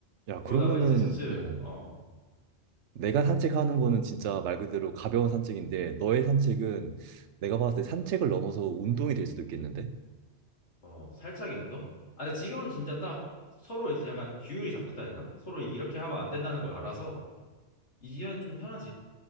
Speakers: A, on the right; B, on the left.
A: 야,
B: 그러다가
A: 그러면은
B: 이제 차츰
A: 뭐
B: 어,
A: 내가
B: 음,
A: 산책하는 거는 진짜 말 그대로 가벼운 산책인데 너의 산책은 내가 봤을 때 산책을 넘어서 운동이 될 수도 있겠는데?
B: 어, 살짝의 운동? 아, 근데 지금은 진짜 딱 서로 이제 약간 규율이 잡혔다 해야 되나? 서로 이렇게 하면 안 된다는 걸 알아서 이제는 좀 편하지.